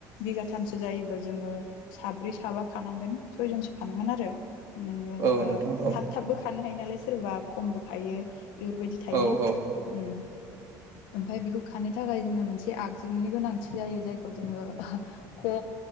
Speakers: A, on the left; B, on the right.
A: बिगाथामसो जायोबा जोङो साब्रै साबा खानांगोन सयजन खानांगोन आरो नोङो
B: औ
A: ओ
B: नोंथां औ
A: थाब थाबबो खानो हायो नालाय सोरबा खमबो खायो बेफोरबायदि थायो
B: औ औ
A: ओम ओमफ्राय बेखौ खानो थाखाय जोंनो मोनसे आगजुनि गोनांथि जायो जायखौ जोङो ख'